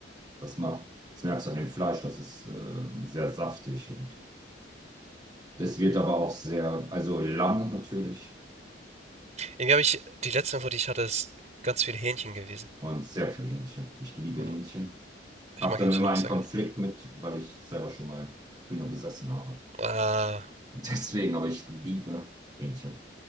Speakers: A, on the right (about 20°); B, on the right (about 40°).
A: Das macht, das merkst du an dem Fleisch, das ist äh, sehr saftig und das wird aber auch sehr, also Lamm natürlich
B: Irgendwie habe ich die letzte Info, die ich hatte, ist ganz viel Hähnchen gewesen.
A: und sehr viel Hähnchen. Ich liebe
B: Ja,
A: Hähnchen.
B: ich
A: Hab
B: mag
A: dann
B: Hähnchen
A: immer
B: auch
A: einen
B: sehr
A: Konflikt
B: gerne.
A: mit, weil ich selber schon mal Hühner besessen habe.
B: Ah,
A: Deswegen, aber ich liebe Hähnchen.